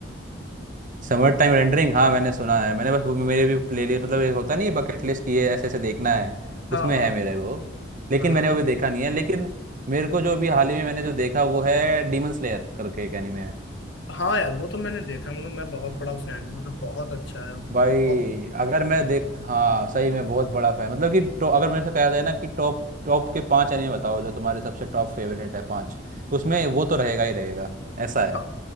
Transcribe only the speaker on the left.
हाँ
हाँ
हाँ
हाँ यार वो तो मैंने देखा मतलब मैं बहुत बड़ा फैन हूँ मतलब बहुत अच्छा है वो
बहुत
हाँ